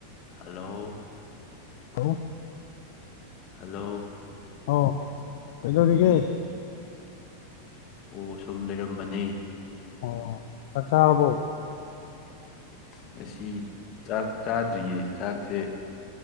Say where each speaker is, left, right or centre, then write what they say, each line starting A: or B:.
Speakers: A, on the left; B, on the left.
A: Hello
B: hello
A: hello
B: ꯑꯣ ꯀꯩꯗꯧꯔꯤꯒ‌ꯦ
A: ꯑꯣ ꯁꯨꯝ ꯂꯩꯔꯝꯕꯅ‌ꯦ
B: ꯑꯣ ꯆꯥꯛ ꯆꯥꯔꯕꯣ
A: ꯉꯁꯤ ꯆꯥꯛ ꯆꯥꯗ꯭ꯔꯤꯌꯦ ꯆꯥꯛꯁꯦ